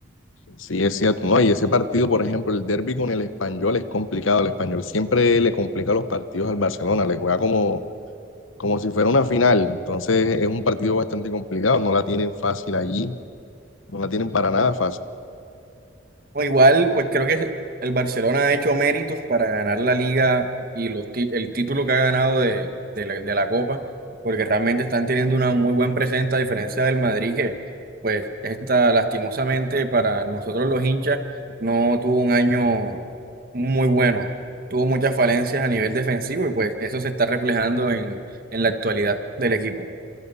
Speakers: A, on the left; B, on the right.
A: Sí, es cierto, ¿no? Y ese partido, por ejemplo, el derbi con el Español es complicado. El Español siempre le complica los partidos al Barcelona, le juega como, como si fuera una final. Entonces es un partido bastante complicado, no la tienen fácil allí, no la tienen para nada fácil.
B: No, igual, pues creo que el Barcelona ha hecho méritos para ganar la liga y los ti- el título que ha ganado de, de la, de la Copa, porque realmente están teniendo una muy buena presencia, a diferencia del Madrid, que pues está lastimosamente para nosotros los hinchas no tuvo un año muy bueno, tuvo muchas falencias a nivel defensivo y pues eso se está reflejando en, en la actualidad del equipo.